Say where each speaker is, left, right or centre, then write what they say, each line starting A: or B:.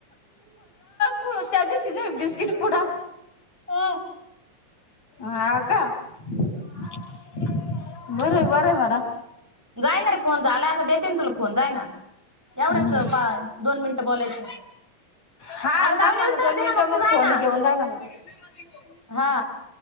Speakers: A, on the left; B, in the centre.
A: कू त्यादिवशीनही बिस्किट पुडा
B: हा
A: हा का! बरय, बरय य म्हणा.
B: जाय ना रे फोन झाला, त देते न तुला फोन जाय ना. एवढंचं
A: हम्म
B: पा दोन मिनिटं बोलायचं,
A: हा
B: अगं
A: थांब
B: जाऊन
A: म्हणा
B: येवसतोरं
A: दोन
B: दे
A: मिनिटं
B: ना मग तू जायना.
A: फोन <inaudible>
B: हा!